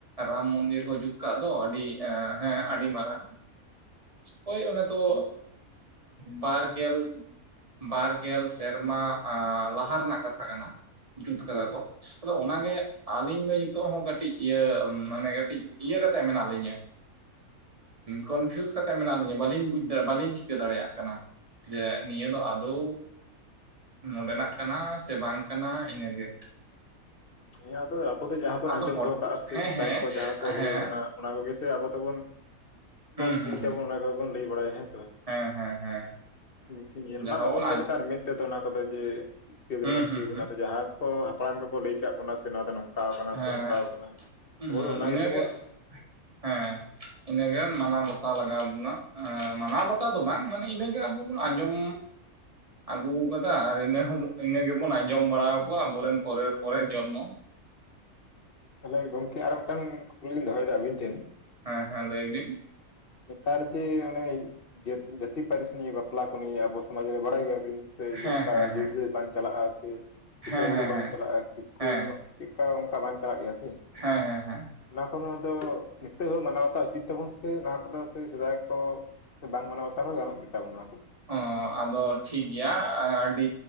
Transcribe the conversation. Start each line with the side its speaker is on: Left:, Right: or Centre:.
Right: ᱨᱟᱢ ᱢᱚᱱᱫᱤᱨ ᱠᱚ ᱡᱩᱛ ᱠᱟᱜ ᱫᱚ ᱟᱹᱰᱤ ᱦᱮᱸ ᱟᱹᱰᱤ ᱢᱟᱨᱟᱝ ᱦᱳᱭ ᱚᱱᱟ ᱫᱚ ᱵᱟᱨᱜᱮᱞ ᱵᱟᱨᱜᱮᱞ ᱥᱮᱨᱢᱟ ᱞᱟᱦᱟ ᱨᱮᱱᱟᱜ ᱠᱟᱛᱷᱟ ᱠᱟᱱᱟ ᱡᱩᱛ ᱠᱟᱫᱟ ᱠᱚ ᱚᱱᱟᱜᱮ ᱟᱹᱞᱤᱧ ᱫᱚ ᱱᱤᱛᱚᱜ ᱦᱚᱸ ᱠᱟᱹᱴᱤᱡ ᱤᱭᱟᱹ ᱢᱟᱱᱮ ᱠᱟᱹᱴᱤᱡ ᱤᱭᱟᱹ ᱠᱟᱛᱮᱜ ᱢᱮᱱᱟᱜ ᱞᱤᱧᱟᱹ᱾ ᱠᱚᱱᱯᱷᱤᱭᱩᱥ ᱠᱟᱛᱮᱜ ᱢᱮᱱᱟᱜ ᱞᱤᱧᱟᱹ ᱵᱟᱞᱤᱧ ᱫᱟᱲ ᱵᱟᱹᱞᱤᱧ ᱴᱷᱤᱠᱟᱹ ᱫᱟᱲᱮᱭᱟᱜ ᱠᱟᱱᱟ᱾ ᱡᱮ ᱱᱤᱭᱟᱹ ᱫᱚ ᱟᱫᱚ ᱱᱚᱰᱮᱱᱟᱜ ᱠᱟᱱᱟ ᱥᱮ ᱵᱟᱝ ᱠᱟᱱᱟ ᱤᱱᱟᱹᱜᱮ᱾
Left: ᱱᱤᱭᱟᱹ ᱟᱫᱚ ᱟᱵᱚ ᱫᱚ ᱡᱟᱦᱟᱸ ᱵᱚᱱ
Right: ᱟᱫᱚ
Left: ᱟᱸᱡᱚᱢ
Right: ᱦᱚᱲ
Left: ᱫᱚᱦᱚ ᱠᱟᱜᱼᱟ ᱥᱮ
Right: ᱦᱮᱸ
Left: ᱥᱮᱫᱟᱭ
Right: ᱦᱮᱸ
Left: ᱠᱷᱚᱱ ᱡᱟᱦᱟᱸ ᱠᱚ
Right: ᱦᱮᱸ
Left: ᱞᱟᱹᱭᱟᱵᱚᱱᱟ ᱚᱱᱟ ᱠᱚᱜᱮ ᱥᱮ ᱟᱵᱚ ᱫᱚᱵᱚᱱ
Right: ᱦᱩᱸ
Left: ᱵᱟ
Right: ᱦᱩᱸ
Left: ᱵᱩᱡᱟᱵᱚᱱ
Right: ᱦᱩᱸ
Left: ᱚᱱᱟ ᱠᱚᱵᱚᱱ ᱞᱟᱹᱭ ᱵᱟᱲᱟᱭᱟ ᱦᱮᱸ ᱥᱮ ᱵᱟᱝ
Right: ᱦᱮᱸ ᱦᱮᱸ ᱦᱮᱸ
Left: ᱦᱸ ᱧᱮᱞ
Right: ᱡᱟᱦᱟᱸ
Left: ᱢᱟ ᱵᱟᱵᱚ
Right: ᱵᱚᱱ
Left: ᱧᱮᱞ ᱟᱠᱟᱫ ᱢᱮ ᱚᱱᱟ ᱠᱚᱫᱚ ᱡᱮ ᱪᱤᱠᱟᱹ ᱠᱟᱱᱟ
Right: ᱦᱩᱸ
Left: ᱵᱟᱝ
Right: ᱦᱩᱸ
Left: ᱪᱤᱠ
Right: ᱦᱩᱸ
Left: ᱠᱟᱱᱟ ᱟᱫᱚ ᱡᱟᱦᱟᱸ ᱠᱚ ᱦᱟᱯᱲᱟᱢ ᱠᱚᱠᱚ ᱞᱟᱹᱭ ᱠᱟᱫ ᱠᱚ ᱚᱱᱟ ᱥᱮ ᱱᱚᱭᱟ ᱫᱚ ᱱᱚᱝᱠᱟ ᱟᱠᱟᱱᱟ
Right: ᱦᱮᱸ
Left: ᱥᱮ ᱚᱱᱠᱟ ᱟᱠᱟᱱᱟ
Right: ᱦᱩᱸ
Left: ᱟᱵᱚ ᱫᱚ ᱚᱱᱟ
Right: ᱤᱱᱟᱹᱜᱮ
Left: ᱜᱮᱥᱮ ᱵᱚᱱ
Right: ᱦᱮᱸ ᱤᱱᱟᱹᱜᱮ ᱢᱟᱱᱟᱣ ᱵᱟᱛᱟᱣ ᱞᱟᱜᱟᱣ ᱵᱚᱱᱟ ᱢᱟᱱᱟᱣ ᱵᱟᱛᱟᱣ ᱫᱚ ᱵᱟᱝ ᱢᱟᱱᱮ ᱤᱱᱟᱹᱜᱮ ᱟᱵᱚ ᱵᱚᱱ ᱟᱸᱡᱚᱢ ᱟᱹᱜᱩᱣᱟᱠᱟᱫᱟ ᱟᱨ ᱤᱱᱟᱹ ᱦᱚᱸ ᱤᱱᱟᱹ ᱜᱮᱵᱚᱱ ᱟᱸᱡᱚᱢ ᱵᱟᱲᱟ ᱠᱚᱣᱟ ᱟᱵᱚᱮᱱ ᱯᱚᱨᱮᱨ ᱯᱚᱨᱮ ᱡᱚᱱᱢᱚ
Left: ᱛᱟᱦᱚᱞᱮ ᱜᱚᱝᱠᱮ ᱟᱨ ᱢᱤᱫᱴᱟᱝ ᱠᱩᱠᱞᱤᱧ ᱫᱚᱦᱚᱭᱮᱫᱟ ᱟᱵᱤᱱ ᱴᱷᱮᱱ
Right: ᱦᱮᱸ ᱦᱮᱸ ᱞᱟᱹᱭ ᱵᱤᱱ
Left: ᱱᱮᱛᱟᱨ ᱡᱮ ᱚᱱᱮ ᱡᱟᱹᱛᱤ ᱯᱟᱹᱨᱤᱥ ᱱᱤᱭ ᱵᱟᱯᱞᱟ ᱠᱚ ᱱᱤᱭᱮ ᱟᱵᱚ ᱥᱚᱢᱟᱡᱽ ᱨᱮ ᱵᱟᱲᱟᱭ ᱜᱮᱭᱟᱵᱤᱱ ᱥᱮ
Right: ᱦᱮᱸ
Left: ᱡᱮ ᱚᱱᱠᱟ
Right: ᱦᱮᱸ ᱦᱮᱸ
Left: ᱡᱩᱫᱤ ᱵᱟᱝ ᱪᱟᱞᱟᱜᱼᱟ ᱥᱮ ᱵᱤᱥᱟ
Right: ᱦᱮᱸ
Left: ᱴᱩᱰᱩ
Right: ᱦᱮᱸ
Left: ᱵᱟᱝ
Right: ᱦᱮᱸ
Left: ᱪᱟᱞᱟᱜᱼᱟ ᱠᱤᱥᱠᱩ
Right: ᱦᱮᱸ
Left: ᱪᱮᱫᱠᱟ ᱚᱱᱠᱟ ᱵᱟᱝ ᱪᱟᱞᱟᱜ ᱜᱮᱭᱟ ᱥᱮ
Right: ᱦᱮᱸ ᱦᱮᱸ ᱦᱮᱸ
Left: ᱚᱱᱟ ᱠᱚ ᱫᱚ ᱟᱫᱚ ᱱᱤᱛᱚᱜ ᱦᱚᱸ ᱢᱟᱱᱟᱣ ᱵᱟᱛᱟᱣ ᱚᱪᱤᱛ ᱛᱟᱵᱩᱱ ᱥᱮ ᱚᱱᱟ ᱫᱚ ᱥᱮ ᱥᱮᱫᱟᱭ ᱠᱚ ᱵᱟᱝ ᱢᱟᱱᱟᱣ ᱵᱟᱛᱟᱣ ᱨᱮ ᱦᱚᱸ ᱜᱟᱱᱚᱜ ᱜᱮᱛᱟᱵᱚ ᱱᱚᱣᱟ ᱠᱚᱫᱚ᱾
Right: ᱚ ᱟᱫᱚ ᱴᱷᱤᱠ ᱜᱮᱭᱟ ᱟᱹᱰᱤ